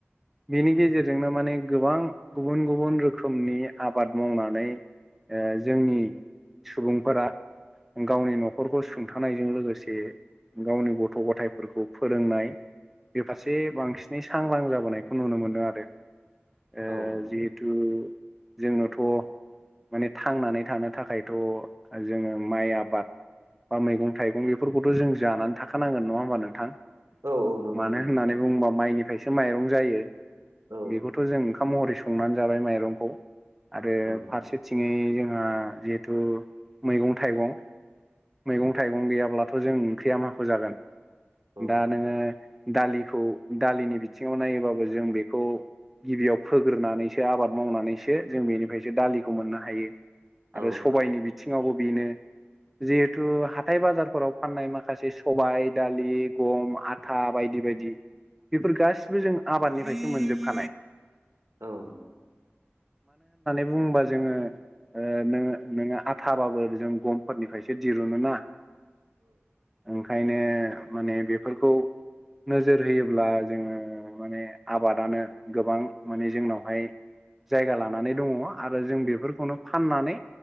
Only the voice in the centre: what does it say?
बेनि गेजेरजोंनो माने गोबां गुबुन गुबुन रोखोमनि आबाद मावनानै ओ जोंनि सुबुंफोरा गावनि न'खरखौ सुंथानायजों लोगोसे गावनि गथ' गथायफोरखौ फोरोंनाय बे फारसे बांसिनै सांग्रां जाबोनायखौ नुनो मोनदों आरो। ओ
जिहेथु जोंनोथ' माने थांनानै थानो थाखायथ' जोङो माइ आबाद बा मैगं थाइगं बेफोरखौथ' जों जानानै थाखानांगोन नङा होमबा नोंथां?
मानो
होननानै बुङोबा माइनिफ्रायसो माइरं जायो
बेखौथ' जों ओंखाम महरै संनानै जाबाय माइरंखौ आरो
फारसेथिङै जोंहा जिहेथु मैगं थाइगं मैगं थाइगं गैयाब्लाथ' जों ओंख्रिया माखौ जागोन‌
दा नोङो दालिखौ दालिनि बिथिङाव नायोबाबो जों बेखौ गिबियाव फोग्रोनानैसो आबाद मावनानैसो जों बेनिफ्रायसो दालिखौ मोननो हायो।
आरो सबायनि बिथिङावबो बेनो जिहेथु हाथाय - बाजारफोराव फाननाय माखा माखासे सबाय, दालि, गम, आथा बायदि बायदि बायदि बेफोर गासिबो जों आबादनिफ्रायसो मोनजोबखानाय।
बुंङोबा जोङो नोङो नोङो आथाबाबो जों गमफोरनिफ्रायसो दिरुनो ना। ओंखायनो माने बेफोरखौ नोजोर होयोब्ला जोङो माने आबादानो गोबां माने जोंनावहाय जायगा लानानै दङ आरो जों बेफोरखौनो फाननानै